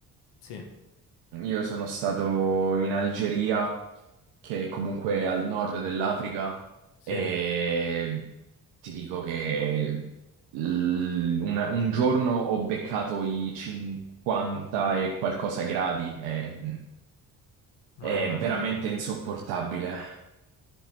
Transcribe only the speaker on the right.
Io sono stato in Algeria, che comunque è comunque al nord dell'Africa,
e ti dico che l- una- un giorno ho beccato i 50 e qualcosa gradi, è, è
veramente
insopportabile.